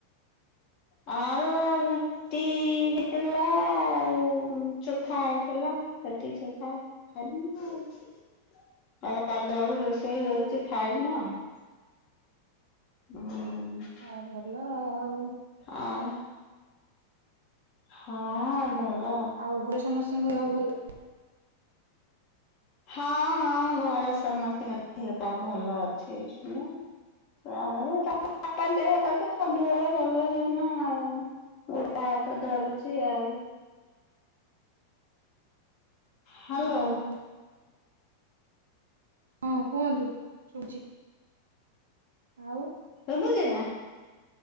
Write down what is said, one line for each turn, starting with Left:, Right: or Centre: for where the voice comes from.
Left: ଆର ଟି ହେଇଥିଲା ଆଉ ଚୋଖା ହେଇଥିଲା ରୁଟି ଚୋଖା। <unintelligible> ଆଉ ଗାଧୁଆଳକୁ ରୋଷେଇ ହଉଛି ଖାଇମୁଁ ଆଉ। ହୋଉ
Right: ହଁ ଭଲ ଆଉ
Left: ଆଁ ହଁ ଭଲ
Right: ଆଉ ଘରେ ସମସ୍ତଙ୍କ ଦେହ ଭଲ
Left: ହଁ ହଁ ଘରେ ସମସ୍ତିଙ୍କ ଦେହ ପା ଭଲ ଅଛି ଏଇଶୁଣିକା ତାପରେ ତା ବାପା ଦେହ ଟା ତ ସବୁବେଳେ ଭଲ ହୁଏନା ଆଉ ଗୁଡ, ହାତ ଧରୁଛି ଆଉ ହାଲୋ
Right: ଓହୋ ହଁ କୁହନ୍ତୁ ଶୁବୁଚି। ଆଉ
Left: ଶୁବୁଚି ନାଁ?